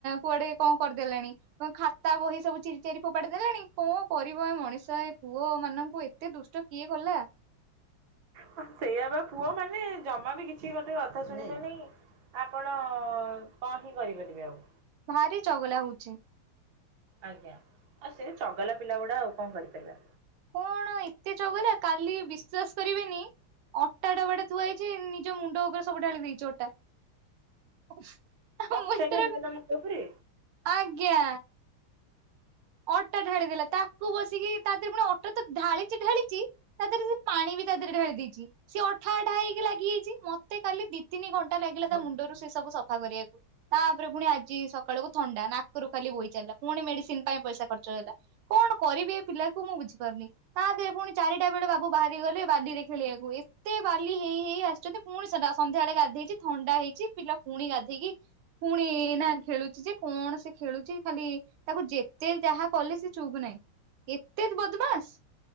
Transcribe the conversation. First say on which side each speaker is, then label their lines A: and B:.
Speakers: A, on the right; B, on the right.
A: କୁଆଡେ କଣ କର ଦେଲାଣି, କଣ ଖାତା ବହି ସବୁ ଚିରି ଚାରି ଫୋପାଡି ଦେଲାଣି। କଣ କରିବ ଏ ମଣିଷ ଏ ପୁଅ ମାନଙ୍କୁ କୁ ଏତେ ଦୁଷ୍ଟ କିଏ କଲା?
B: ହଁ ସେଇଆ ବା ପୁଅ ମାନେ ଜମା ବି କିଛି ଗୋଟେ କଥା ଶୁଣିବେ ନାଇଁ। ଆପଣ କଣ ହିଁ କରିପାରିବେ ଆଉ?
A: ଭାରି ଚଗଲା ହଉଛି।
B: ଆଜ୍ଞା ଆଉ ସେ ଚଗଲା ପିଲା ଗୁଡା ଆଉ କଣ କରିପାରିବା।
A: କଣ ଏତେ ଚଗଲା କାଲି ବିଶ୍ଵାସ କରିବେନି ଅଟା ଡବାଟା ଥୁଆ ହେଇଛି ଉଁ, ନି ନିଜ ମୁଣ୍ଡ ଉପରେ ସବୁ ଡାଳି ଦେଇଛି ଅଟା। <unintelligible>
B: ଅଟା ଢାଳିଦେଲା ମୁଣ୍ଡ ଉପରେ
A: ଆଜ୍ଞା। ଅଟା ଢାଳି ଦେଲା। ତାକୁ ବସିକି ତା ଦିହରେ ପୁଣି ଅଟା ତ ଢାଳି ଚି ଢାଳିଚି ତା ଦେହରେ ସେ ପାଣି ବି ତା ଦେହରେ ଢାଳି ଦେଇଚି। ସିଏ ଅଠା ଅଠା ହେଇକି ଲାଗିଯାଇଚି। ମୋତେ କାଲି ଦି ତିନି ଘଣ୍ଟା ଲାଗିଲା
B: ମାନେ
A: ତା ମୁଣ୍ଡରୁ ସେ ସବୁ ସଫା କରିବାକୁ। ତାପରେ ପୁଣି ଆଜି ସକାଳକୁୁ ଥଣ୍ଡା। ନାକରୁ ଖାଲି ବହିଚାଲିଲା। ପୁଣି ମେଡିସିନ୍ ପଇସା ଖର୍ଚ୍ଚ ହେଲା। କଣ କରିବି ଏ ପିଲାକୁ ମୁଁ ବୁଝିପାରୁନି। ତା ଦେହରେ ପୁଣି ଚାରିଟା ବେଳେ ବାବୁ ବାହାରି ଗଲେ ବାଲି ରେ ଖେଳିବାକୁ ଏତେ ବାଲି ହେଇ ହେଇ ଆସିଛନ୍ତି। ପୁଣି ସେଟା ସନ୍ଧ୍ୟାବେଳେ ଗାଧେଇଚି। ଥଣ୍ଡା ହେଇଚି। ପିଲା ପୁଣି ଗାଧେଇକି ପୁଣି ଏଇନା ଖେଳୁଚି ଯେ, କଣ ସେ ଖେଳୁଚି ଖାଲି ତାକୁ ଯେ ଯେତେ ଯାହା କଲେ ସେ ଚୁପ୍ ନାହିଁ। ଏତେ ବଦମାସ।